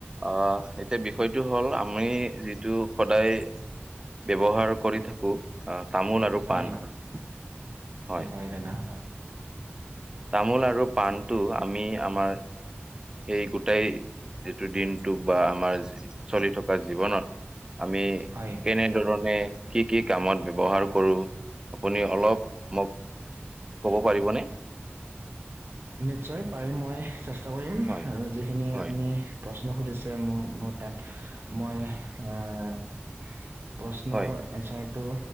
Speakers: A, on the right; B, on the right.
A: আ এতিয়া বিষয়টো হ'ল আমি যিটো সদায় ব্যৱহাৰ কৰি থাকো তামোল আৰু
B: হয়
A: পাণ হয়।
B: হয় দাদা হয়।
A: তামোল আৰু পাণটো আমি আমাৰ এই গোটেই দিনটোক বা আমাৰ যি চলি থকা জীৱনত আমি
B: হয়
A: কেনে ধৰণে কি কি কামত ব্যৱহাৰ কৰোঁ আপুনি অলপ মোক ক'ব পাৰিবনে?
B: নিশ্চয় পাৰিম মই চেষ্টা কৰিম
A: হয়,
B: যিখিনি
A: হয়,
B: আপুনি প্ৰশ্ন সুধিছে মোক মোৰ তাত মই আহ প্ৰশ্নৰ
A: হয়,
B: এনচাৰটো